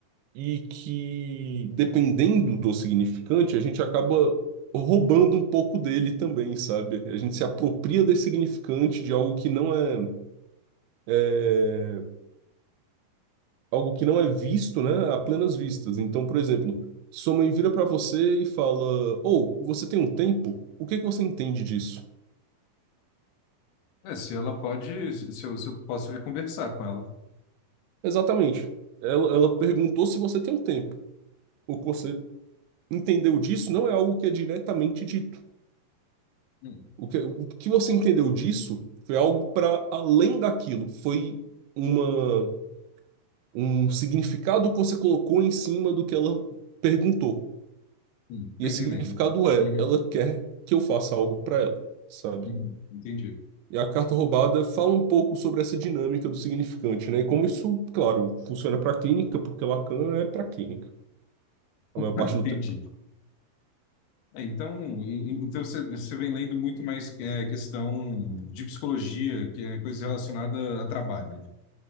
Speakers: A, on the right; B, on the left.
A: E que, dependendo do significante, a gente acaba roubando um pouco dele também, sabe? A gente se apropria desse significante de algo que não é, é algo que não é visto, né, a plenas vistas. Então, por exemplo, sua mãe vira para você e fala: "Ou, você tem um tempo? O que que você entende disso?"
B: É, se ela pode, se eu, se eu posso vir conversar com ela.
A: Exatamente. Ela, ela perguntou se você tem um tempo. O que você entendeu disso não é algo que é diretamente dito.
B: Hum,
A: O que, o que você entendeu disso foi algo para além daquilo. Foi uma, um significado que você colocou em cima do que ela perguntou.
B: hum,
A: E
B: tô
A: esse
B: entendendo.
A: significado é,
B: Uhum.
A: ela quer que eu faça algo para ela, sabe?
B: Uhum. Entendi.
A: E a carta roubada fala um pouco sobre essa dinâmica do significante, né? E como isso, claro, funciona para a clínica, porque Lacan é para a clínica,
B: <laughs>
A: a maior parte
B: Entendi.
A: do tempo.
B: É, então, e- e- então você você vem lendo muito mais é, questão de psicologia, que é coisa relacionada a trabalho.